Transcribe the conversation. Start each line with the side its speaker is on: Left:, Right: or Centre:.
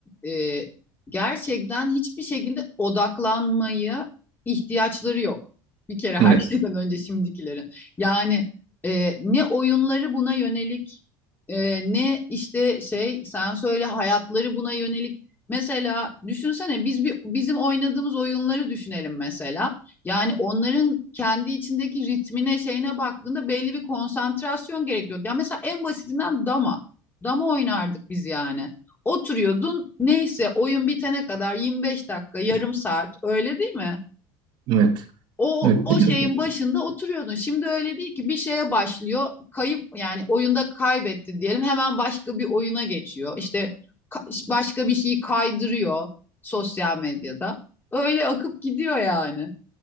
Left: e, gerçekten hiçbir şekilde odaklanmaya ihtiyaçları yok. Bir kere her
Right: evet,
Left: şeyden önce şimdikilerin. Yani e, ne oyunları buna yönelik, e, ne işte şey sen söyle hayatları buna yönelik. Mesela düşünsene biz bir bizim oynadığımız oyunları düşünelim mesela. Yani onların kendi içindeki ritmine şeyine baktığında belli bir konsantrasyon gerekiyordu. Ya mesela en basitinden dama. Dama oynardık biz yani. Oturuyordun neyse oyun bitene kadar yirmi beş dakika yarım saat öyle değil mi?
Right: evet,
Left: O,
Right: evet.
Left: o
Right: Bir de
Left: şeyin başında oturuyordun. Şimdi öyle değil ki bir şeye başlıyor kayıp yani oyunda kaybetti diyelim hemen başka bir oyuna geçiyor. İşte ka- başka bir şeyi kaydırıyor sosyal medyada. Öyle akıp gidiyor yani.